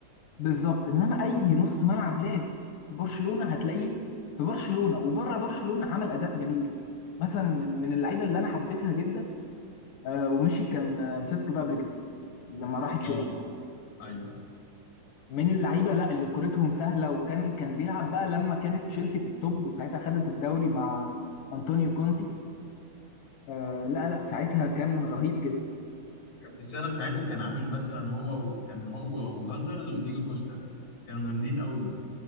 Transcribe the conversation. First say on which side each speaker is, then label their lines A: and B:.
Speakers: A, on the left; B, on the left.
A: بالظبط انما اي نص ملعب لعب برشلونه هتلاقيه في برشلونه وبره برشلونه عمل اداء جميل جدا مثلا من من اللعيبه اللي انا حبيتها جدا آه، ومشي كان آه، سيسك فابريكاس لما راح تشيلسي
B: اه ايوه
A: من اللعيبه لا اللي كورتهم سهله وكان كان بيلعب بقى لما كانت تشيلسي في التوب وساعتها خدت الدوري مع انطونيو كونتي آه لا لا ساعتها كان رهيب جدا
B: السنه بتاعتها كان عامل مثلا هو كان هو وهازارد وديجو كوستا كانوا جامدين قوي